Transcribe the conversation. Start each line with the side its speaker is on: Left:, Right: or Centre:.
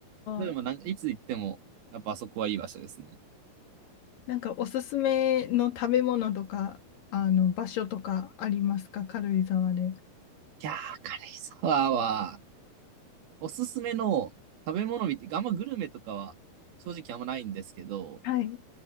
Right: でもなんか、
Left: あ、
Right: いつ行っても、やっぱあそこはいい場所ですね。
Left: なんかおすすめの食べ物とか、あの、場所とかありますか軽井沢で。
Right: いやー、軽井沢は、おすすめの食べ物見て、あんまグルメとかは正直あんまないんですけど、
Left: はい。